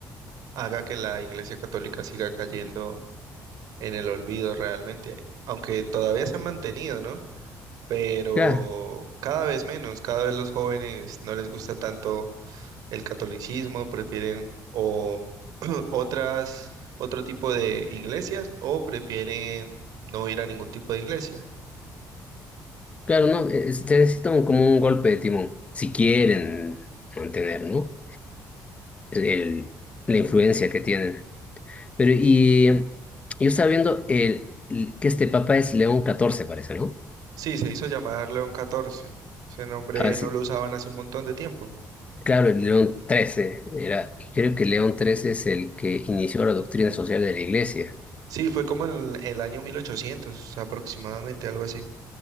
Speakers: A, on the right; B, on the left.
A: haga que la Iglesia Católica siga cayendo en el olvido realmente, aunque todavía se ha mantenido, ¿no? Pero
B: ya.
A: cada vez menos, cada vez los jóvenes no les gusta tanto el catolicismo, prefieren o <clears throat> otras, otro tipo de iglesias o prefieren no ir a ningún tipo de iglesia.
B: Claro, no, e, es- se necesita un- como un golpe de timón, si quieren mantener, ¿no? El, la influencia que tienen. Pero y eh, yo estaba viendo el, el- que este papa es León XIV, parece, ¿no?
A: Sí, se hizo llamar León XIV. Ese nombre
B: Ah, sí.
A: no lo usaban hace un montón de tiempo.
B: Claro, el León XIII era, y creo que León XIII es el que inició la doctrina social de la iglesia.
A: Sí, fue como en el año 1800, aproximadamente, algo así.